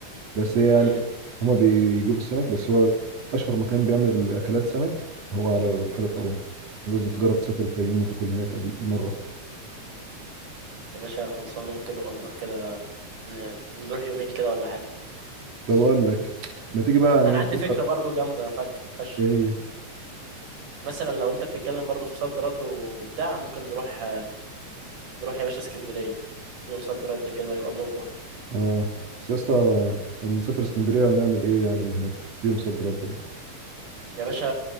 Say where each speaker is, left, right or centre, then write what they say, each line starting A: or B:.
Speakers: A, on the right (about 55°); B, on the right (about 90°).
A: بس يعني
B: امم
A: هما بيجيبوا السمك بس هو اشهر مكان بيعمل اكلات سمك هو على بحيرة قارون لازم تجرب تسافر الفيوم وتاكل هناك قبل مرة
B: يا باشا خلصانه ممكن نبقى نروح كده ن- نروح يومين كده ولا حاجه
A: طب اقول لك ما تيجي بقى يعني
B: ما انا
A: إيه نفكر
B: عندي فكره برضو جامده فك فشخ
A: ايه هي
B: مثلا لو انت بتتكلم برضو في صد رد وبتاع ممكن نروح نروح يا باشا اسكندريه يوم صد رد كده هيبقى موت برضو
A: اه بس يا اسطى هنسافر اسكندرية ونعمل ايه يعني هناك في يوم صد رد
B: يا باشا